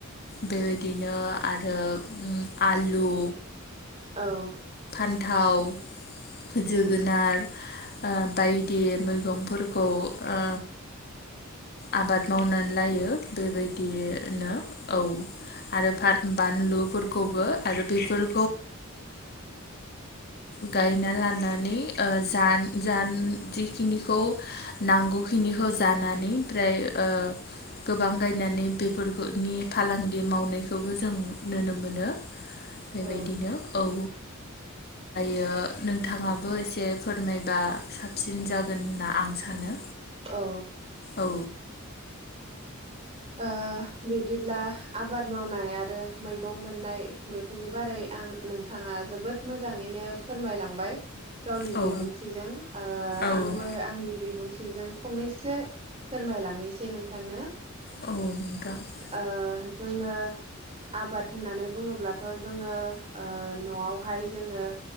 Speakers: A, on the left; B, on the right.
A: बेबायदिनो आरो। आलु
B: औ
A: न्थाव जोगोनार ओ बायदि मैगंफोरखौ ओ आबाद मावनानै लायो बेबायदिनो औ। आरो फान बानलुफोरखौबो आरो बेफोर गायना लानानै ओ जान जान जिखिनिखौ नांगौखिनिखौ जानानै ओमफ्राय ओ गोबां गा नानै बेफोरखौनि फालांगि मावनायखौबो जों नुनो मोनो। बेबायदिनो
B: औ
A: औ
B: <inaudible>
A: यो नोंथांङाबो एसे फोरमायबा साबसिन जागोन होनना आं सानो।
B: औ
A: औ
B: ओ बिब्दिब्ला आबाद मावनाय आरो मैगं मोननाय बेफोरनि बारै आं नोंथांङा जोबोद मोजांङैनो फोरमायलांबाय। गावनि
A: औ
B: बिबुंथिजों ओ
A: औ
B: आंबो आंनि बिबुंथि थिजों फंनैसो फोरमायलांनोसै नोंथांनो।
A: औ नोंथां
B: ओ जोंङो आबाद होननानै बुंङोब्लाथ' जोंङो ओ न'आवहाय जोंङो।